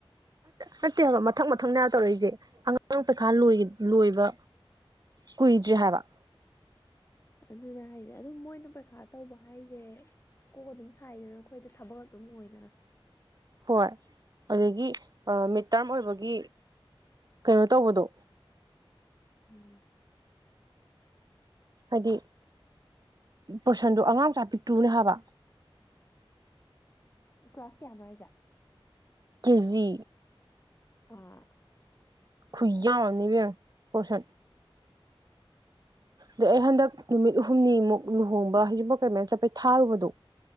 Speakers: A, on the right; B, on the left.
A: ꯅꯠꯇꯦꯕ ꯃꯊꯪ ꯃꯊꯪ ꯇꯧꯔꯛꯏꯁꯦ ꯑꯉꯥꯡ ꯄꯩꯈꯥ ꯂꯣꯏꯕ ꯀꯨꯏꯗ꯭ꯔꯤ ꯍꯥꯏꯕ
B: ꯑꯗꯨꯅꯦ ꯍꯥꯏꯁꯦ ꯑꯗꯨꯝ ꯃꯣꯏꯅ ꯄꯩꯈꯥ ꯇꯧꯕ ꯍꯥꯏꯁꯦ ꯀꯣꯛ ꯑꯗꯨꯝ ꯁꯥꯏꯗꯅ ꯑꯩꯈꯣꯏꯗ ꯊꯕꯛ ꯑꯗꯨꯝ ꯑꯣꯏꯗꯔ
A: ꯍꯣꯏ ꯑꯗꯒꯤ ꯃꯤꯠ ꯇꯔꯝ ꯑꯣꯏꯕꯒꯤ ꯀꯩꯅꯣ ꯇꯧꯕꯗꯣ
B: ꯎꯝ
A: ꯍꯥꯏꯗꯤ ꯄꯣꯔꯁꯟꯗꯨ ꯑꯉꯥꯡ ꯃꯆꯥ ꯄꯤꯛꯇꯨꯅꯦ ꯍꯥꯏꯕ
B: ꯀ꯭ꯂꯥꯁ ꯀꯌꯥꯅꯣ ꯍꯥꯏꯁꯦ
A: ꯀꯦꯖꯤ
B: ꯑꯥ
A: ꯈꯨꯢꯌꯥꯝ ꯑꯝꯅꯤ ꯏꯕꯦꯝꯃ ꯄꯣꯁꯠ ꯗꯦ ꯑꯩ ꯍꯟꯗꯛ ꯅꯨꯃꯤꯠ ꯍꯨꯝꯅꯤꯃꯨꯛ ꯂꯨꯍꯣꯡꯕ ꯍꯧꯖꯤꯡꯄꯣꯠꯀ ꯂꯣꯢ ꯆꯠꯄꯩ ꯊꯥꯔꯨꯕꯗꯣ